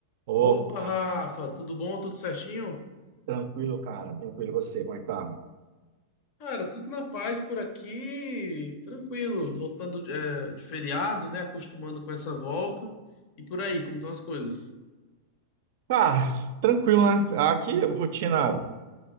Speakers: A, on the right (about 60°); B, on the left (about 50°).
A: Opa,
B: Opa, Rafa, tudo bom? Tudo certinho?
A: tranquilo, cara. Tranquilo E você, como é que tá?
B: Cara, tudo na paz por aqui, tranquilo, voltando de, é, de feriado, né? Acostumando com essa volta. E por aí, como estão as coisas?
A: Ah, tranquilo, né? Aqui, rotina